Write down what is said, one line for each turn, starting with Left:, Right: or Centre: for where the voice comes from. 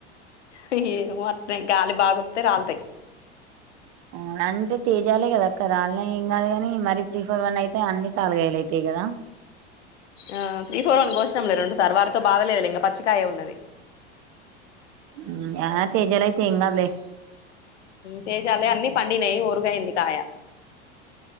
Left: హి ఏమో అర్థం కాలే బాగోత్తే రాల్తాయి
Right: ఆ అంటే తేజాలే గదా అక్క రాల్నా ఏం గాదు కాని మరీ త్రీ ఫోర్ వన్ అయితే అన్ని తల్గాలైతాయి గదా
Left: ఆ త్రీ ఫోర్ వన్ కోస్నామ్ లే రెండు సార్ వాటితో బాధలేదులే ఇంగ పచ్చికయ ఉన్నది
Right: హ్మ్మ్ య తేజాలయితే ఎంగద్లె
Left: తేజాలే అన్ని పండినయి ఒరుగయింది కాయ